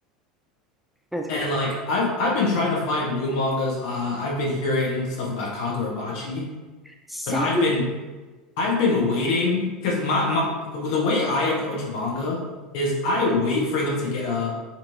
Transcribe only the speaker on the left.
And like I've I've been trying to find new mangas. Uh, I've been hearing stuff about Kagurabachi,
but I've been I've been waiting because my, my the way I approach manga is I wait for them to get a